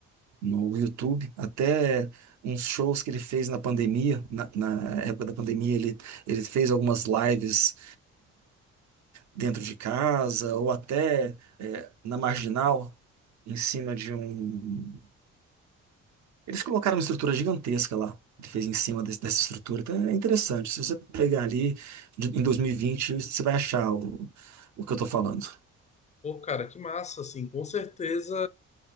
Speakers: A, on the right (about 65°); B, on the left (about 25°).
A: no YouTube, até uns shows que ele fez na pandemia, na, na época da pandemia ele, ele fez algumas lives dentro de casa ou até é, na Marginal, em cima de um... Eles colocaram uma estrutura gigantesca lá. Ele fez em cima desse- dessa estrutura. Então é interessante. Se você pegar ali de- em 2020, você vai achar o, o que eu estou falando.
B: Pô, cara, que massa, assim, com certeza.